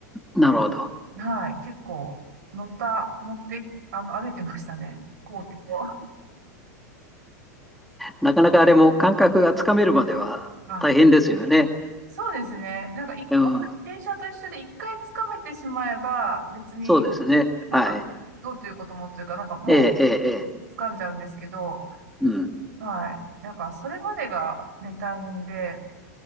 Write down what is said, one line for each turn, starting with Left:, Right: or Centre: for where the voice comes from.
Centre: なるほど。
Right: はい、結構乗った、乗って、あの、歩いてましたね、校庭を。
Centre: なかなかあれも感覚がつかめるまでは大変ですよね。
Right: あ、そうですね。なんか、い、
Centre: うん。
Right: 本当自転車と一緒で一回掴めてしまえば、別に
Centre: そうですね。
Right: なんか、
Centre: はい。
Right: どうということもというか、なんかも
Centre: ええ、ええ、ええ。
Right: う掴んじゃうんですけど、
Centre: うん。
Right: はい。なんか、それまでがね、大変で、